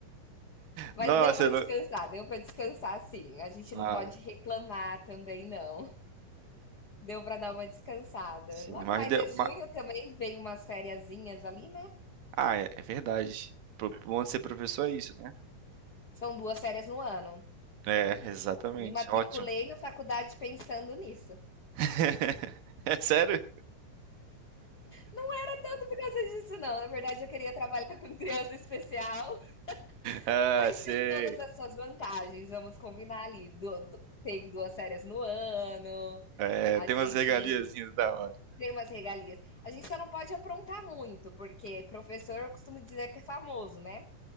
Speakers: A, on the left; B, on the right.
A: Mas
B: Nossa,
A: deu para
B: eu
A: descansar,
B: não...
A: deu para descansar sim. A gente
B: Ah,
A: não pode reclamar também não. Deu para dar uma descansada.
B: sim,
A: Logo
B: mas
A: mais
B: deu...
A: é junho
B: ma-
A: também, vem umas fériasinhas ali, né?
B: Ah, é, é verdade. Pro- pro Bom de ser professor é isso, né?
A: São 2 férias no ano.
B: É, exatamente.
A: Me matriculei
B: Ótimo.
A: na faculdade pensando nisso.
B: <laughs> É sério?
A: Não era tanto por causa disso não, na verdade eu queria trabalhar com criança especial,
B: Ah,
A: mas
B: sei.
A: tem todas as suas vantagens, vamos combinar ali. Du du tem 2 férias no ano,
B: É,
A: a
B: tem
A: gente
B: umas regaliazinhas da hora.
A: Tem umas regalias. A gente só não pode aprontar muito, porque professor eu costumo dizer que é famoso, né?